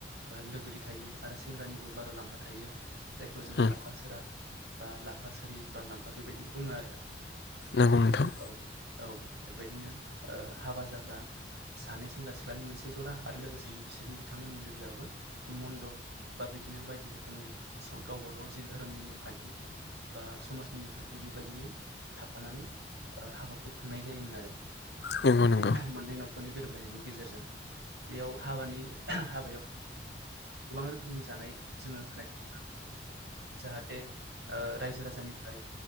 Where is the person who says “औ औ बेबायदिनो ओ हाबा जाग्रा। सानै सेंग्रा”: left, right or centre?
Right